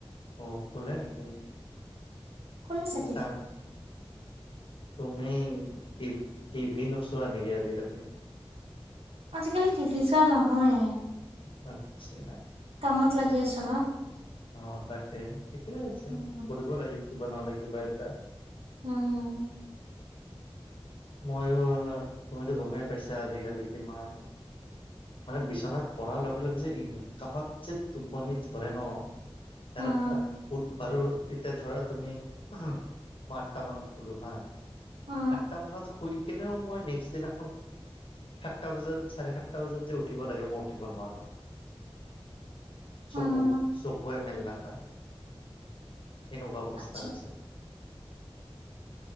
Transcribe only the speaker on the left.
অ খোল নেকি?
দাম
তুমি টি টিভি নোচোৱা নেকি আজিকালি?
আচ্ছা।
অ তাকে ঠিকে আছে,
কৰিব লাগে কিবা নহলে কিবা এটা।
মইয়ো মইয়ো, তুমিতো গমেই পাইছা আজিকালি কিমান মানে বিচনাত পঢ়াৰ লগে লগে যে ই কাহত যে টোপনি ধৰে ন। এইটো
এটা কত বাৰু। এতিয়া ধৰা তুমি উহুম আঠটা মানত খোলো হা।
আঠটা মানত শুই কেনেও মই নেক্সট দিনা এখন সাতটা বজাত চাৰে সাত তাৰ পিছত যে উঠিব লাগে মই উঠিব নোৱাৰো। চকু
চকুৱে মেল নাখায়, এনেকুৱা অৱস্থা
হৈছে।